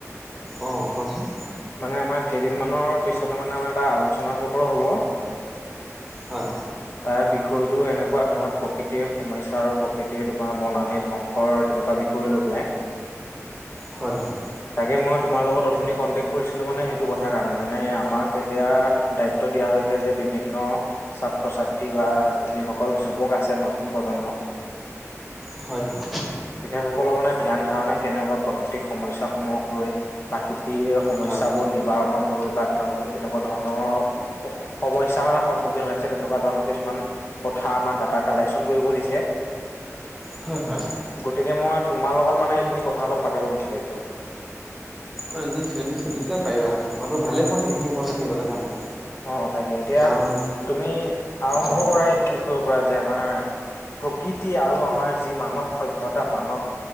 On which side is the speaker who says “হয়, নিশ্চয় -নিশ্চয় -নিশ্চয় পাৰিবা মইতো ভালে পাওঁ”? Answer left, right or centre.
Centre